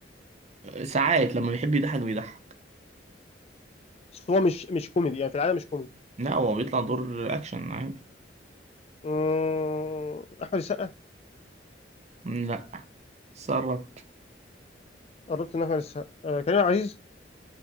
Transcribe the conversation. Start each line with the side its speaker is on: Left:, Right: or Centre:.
Right: ساعات لما بيحب يضحك بيضحك
Left: بس هو مش مش كوميدي يعني في العاده مش كوميدي
Right: لا هو بيطلع دور اكشن عادي
Left: أمم، احمد السقا
Right: مم، لا سرت
Left: قربت ان احمد السقا آه، كريم عبد العزيز